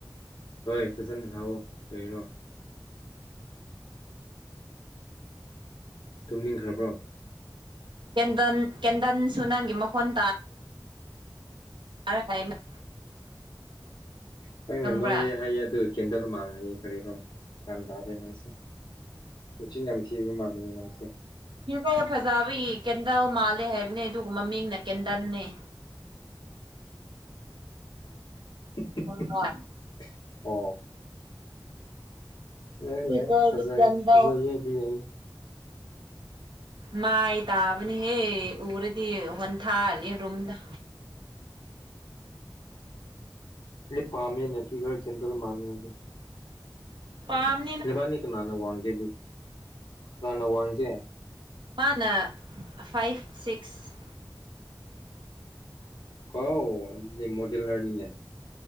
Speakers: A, on the left; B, on the right.
A: ꯑꯣꯢ ꯐꯖꯅ ꯉꯥꯡꯉꯣ ꯀꯔꯤꯔꯣ꯫ ꯇꯨꯝꯅꯤꯡꯈ꯭ꯔꯕ꯭ꯔꯣ?
B: ꯀꯦꯟꯗꯟ ꯀꯦꯟꯗꯟꯁꯨ ꯅꯪꯒꯤ ꯃꯈꯣꯟ ꯇꯥ <unintelligible>
A: ꯅꯪꯅ
B: ꯈꯪꯕ꯭ꯔꯥ
A: ꯅꯣꯏꯌꯦ ꯍꯥꯏꯌꯦ ꯑꯗꯨꯒ ꯀꯦꯟꯗꯜ ꯃꯥꯜꯂꯌꯦ ꯀꯔꯤꯔꯣ ꯒ꯭ꯌꯥꯟ ꯇꯥꯗꯦ ꯅꯪꯁꯦ꯫ ꯃꯆꯤꯟ ꯌꯥꯝ ꯊꯤꯕ ꯃꯥꯜꯂꯦꯅꯦ ꯅꯪꯁꯦ꯫
B: ꯌꯣꯔꯀꯣꯜ ꯐꯖꯕꯒꯤ ꯀꯦꯟꯗꯜ ꯃꯥꯜꯂꯦ ꯍꯥꯏꯕꯅꯦ ꯑꯗꯨꯒ ꯃꯃꯤꯡꯅ ꯀꯦꯟꯗꯟꯅꯦ꯫
A: <unintelligible>
B: ꯈꯪꯕ꯭ꯔꯥ
A: ꯑꯣ꯫ ꯌꯥꯢ
B: ꯐꯤꯒꯔꯗꯤ
A: ꯌꯥꯏ ꯐꯖꯩ
B: ꯀꯦꯟꯗꯜ
A: ꯐꯖꯩꯌꯦ ꯑꯗꯨ ꯌꯥꯏ꯫
B: ꯃꯥꯥꯏ ꯇꯥꯕꯅꯦꯍꯦ ꯎꯔꯗꯤ ꯋꯥꯟꯊꯥꯅꯤ ꯔꯨꯝꯗ꯫
A: ꯑꯩ ꯄꯥꯝꯃꯦꯅ ꯐꯤꯒ꯭ꯔ ꯀꯦꯟꯗꯜ ꯃꯥꯜꯂꯦ ꯅꯪꯗꯤ
B: ꯄꯥꯝ
A: ꯅꯕꯅꯤ ꯀꯅꯥꯅ ꯋꯥꯡꯒꯦ ꯀꯅꯥꯅ ꯋꯥꯒꯦ
B: ꯃꯥꯅ ꯐꯥꯏꯚ ꯁꯤꯛꯁ
A: ꯀꯣ ꯑꯗꯨꯗꯤ ꯃꯣꯗꯦꯂꯔꯅꯤꯅꯦ